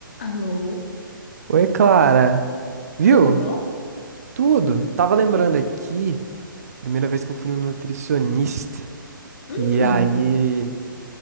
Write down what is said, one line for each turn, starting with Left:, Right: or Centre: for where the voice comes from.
Left: Alô,
Right: Oi, Clara. Viu?
Left: tudo bom?
Right: Tudo. Tava lembrando aqui, primeira vez que eu fui no nutricionista.
Left: Hum.
Right: E aí,